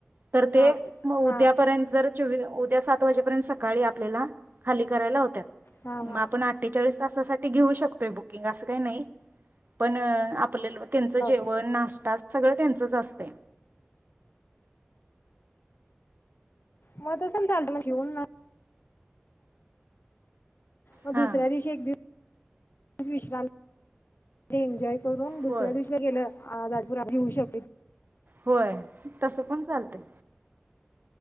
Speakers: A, on the right; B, on the left.
A: तर ते
B: हा
A: म
B: हा
A: उद्यापर्यंत जर चौवी त्या सात वाजेपर्यंत सकाळी आपल्याला खाली करायला लावत्यात
B: हा
A: मग
B: हा
A: आपण अठ्ठेचाळीस तसासाठी घेऊ शकतोय बुकिंग असं काही नाही पण अ आपलं लोन त्यांचं
B: लावता
A: जेवण नाष्टा स सगळं त्यांचच असतंय.
B: मग तसं चालतं मग <unintelligible> मग
A: हा
B: दुसऱ्या दिवशी एक दिव <unintelligible> विश्रान ती एन्जॉय करून दुसऱ्या
A: होय
B: दिवशीला गेलं आज <unintelligible>
A: होय तसं पण चालतंय.